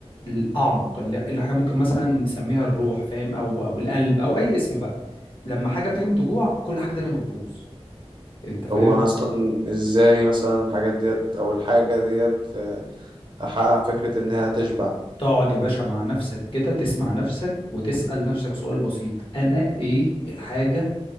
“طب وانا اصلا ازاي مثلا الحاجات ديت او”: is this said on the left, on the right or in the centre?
Right